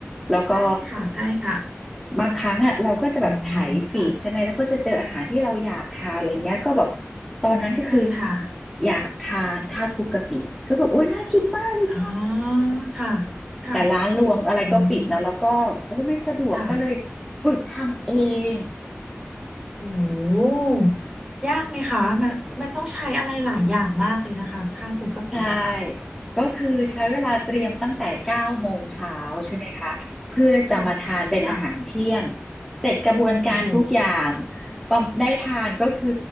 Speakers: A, in the centre; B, on the right (about 15°).
A: แล้วก็
B: ใช่ค่ะใช่ค่ะ
A: บางครั้งอะเราก็จะแบบไถฟีดใช่ไหมแล้วก็จะเจออาหารที่เราอยากทานอะไรเงี้ยก็แบบ
B: อืมค่ะ
A: ตอนนั้นก็คือ
B: ใช่ค่ะ
A: อยากทานข้าวคลุกกะปิก็แบบโอ๊ยน่ากินมากเลยเนี่ย
B: อ๋อค่ะค่ะ
A: แต่ร้านรวงอะไรก็ปิดเนาะแล้วก็โอ้ไม่สะดวกก็เลย
B: อืมค่ะ
A: ฝึกทำเอง
B: โหยากไหมคะมันมันต้องใช้อะไรหลายอย่างมากเลยนะคะข้าวคลุกกะปิอะค่ะ
A: ใช่ก็คือใช้เวลาเตรียมตั้งแต่เก้าโมงเช้าใช่ไหมคะเพื่อจะมาทานเป็นอาหารเที่ยง
B: ค่ะค่ะ
A: เสร็จกระบวนการทุกอย่าง
B: โอ้โห
A: ปอมได้ทานก็คือ